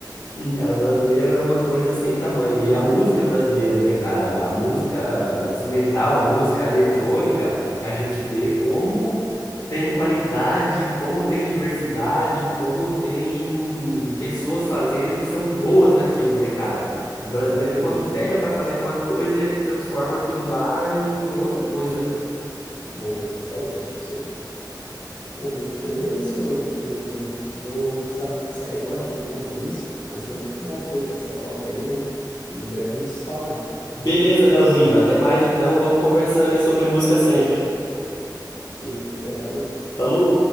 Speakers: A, on the left; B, on the left.
A: Sim, cara, o brasileiro é uma coisa sem tamanho. E a música brasileira, né, cara? A música instrumental, a música eletrônica, a gente vê como tem qualidade, como tem diversidade, como tem pessoas fazendo que são boas naquilo, né, cara? O brasileiro,
B: É autêntico,
A: quando pega
B: né?
A: pra fazer uma coisa, ele transforma aquilo lá em outra coisa, né?
B: Boa, é muito autêntico sempre. Bom, mas, mas é isso, eh, Diogo. Vou, vou precisar sair agora, tenho outro compromisso, mas foi muito bom ter essa troca aí, né? E em breve a gente se fala mais.
A: Beleza, Leozinho. Até mais então. Vamos conversando aí sobre música sempre.
B: Eita, até, valeu.
A: Falou!